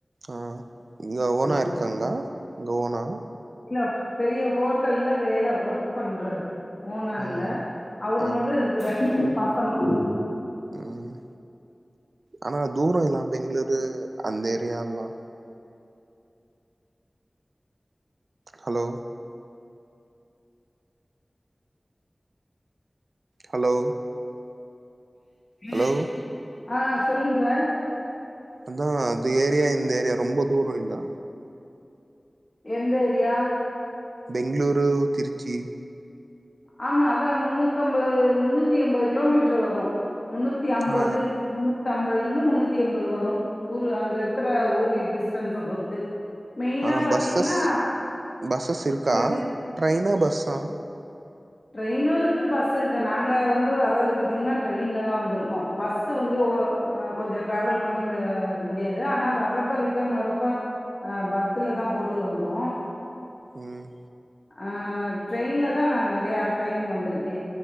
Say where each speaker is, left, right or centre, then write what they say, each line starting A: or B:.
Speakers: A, on the right; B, on the left.
A: அ இங்க ஓனா
B: ஆமா
A: இருக்காங்ளா இங்க ஓனா
B: இல்ல பெரிய ஹோட்டல்ல வேல ஒர்க் பண்றார் ஓனா
A: ஆ
B: இல்ல அவரு
A: ஆ
B: மட்டு இருக்குறாரு பசங்க
A: ம் ஆனா தூரோ இல்லாம் பெங்களூரு அந்த ஏரியால்லா ஹலோ ஹலோ ஹலோ
B: ம் ஆ சொல்லுங் சார்
A: அதா அது ஏரியா இந்த ஏரியா ரொம்ப தூரோ இல்லா
B: எந்த ஏரியா?
A: பெங்களூரு திருச்சி
B: ஆமா அதா முன்னூத்தம்பது முன்னூத்தி எம்பது கிலோமீட்ரு வரு முன்னூத்தி அம்பது
A: ஆ
B: முன்னூத்தி ஐம்பதுல இருந்து முன்னூத்தி எண்பது வரு ஊரு அங்க இருக்கிற ஊரு டிஸ்டன்ஸ பொறுத்து மெயினா
A: ஆ
B: பாத்தீங்கன்னா
A: பஸ்ஸஸ் பஸ்ஸஸ் இருக்கா
B: இது
A: ட்ரெயினா பஸ்ஸா
B: ட்ரெயினு இருக்கு பஸ் இருக்கு நாங்க வந்து வர்றது பாத்தீங்கன்னா ட்ரெயின்ல தா வந்திருக்கோ பஸ் வந்து ஒ அ கொஞ்சட் ட்ராவல் பண்ணி முடிய முடியாது ஆனா வர்றப்ப ரிட்டர்ன் வர்றப்ப ஆ பத்துல தா போட்டு வந்தோ
A: ம்
B: ஆ ட்ரெயின்ல தா நா நெறயா டைம் வந்துருக்கே